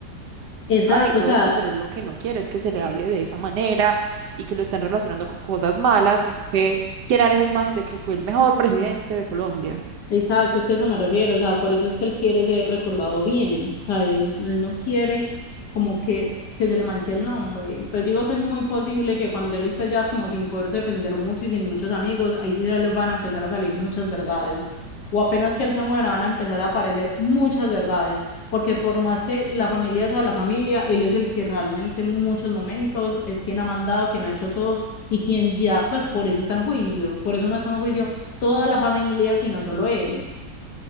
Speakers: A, on the left (about 65°); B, on the right (about 70°).
A: Exacto,
B: ah, y todo
A: o sea,
B: esto, pero él lo que no quiere es que se le
A: es-
B: hable de esa manera y que lo estén relacionando con cosas malas, sino que quiere dar esa imagen de que fue el mejor presidente de Colombia.
A: Exacto, es que a eso me refiero, o sea, por eso es que él quiere ser recordado bien, o sea, él, él no quiere como que, que se le manche el nombre, pero yo digo que es muy posible que cuando él esté ya como sin poderse defender mucho y sin muchos amigos, ahí sí se les van a empezar a salir muchas verdades, o apenas que él se muera van a empezar a aparecer muchas verdades, porque por más que la familia sea la familia, él es el que realmente en muchos momentos es quien ha mandado, quien ha hecho todo y quien ya, pues por eso está en juicio, por eso no está en juicio toda la familia, sino solo él.